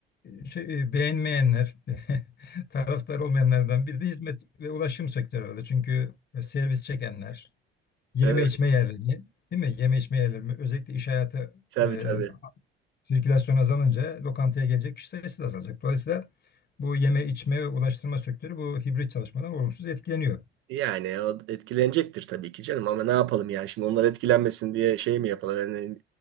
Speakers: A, on the left; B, on the right.
A: e, şey, e, beğenmeyenler, <laughs> taraftar olmayanlardan biri de hizmet ve ulaşım sektörü öyle. Çünkü e, servis çekenler, yeme
B: Evet.
A: içme yerleri, değil mi? Yeme içme yerleri özellikle iş hayatı
B: Tabii
A: e,
B: tabii.
A: sirkülasyon azalınca lokantaya gelecek kişi sayısı da azalacak. Dolayısıyla bu yeme içme ve ulaştırma sektörü bu hibrit çalışmadan olumsuz etkileniyor.
B: Yani o etkilenecektir tabii ki canım ama ne yapalım yani şimdi onlar etkilenmesin diye şey mi yapalım? Yani,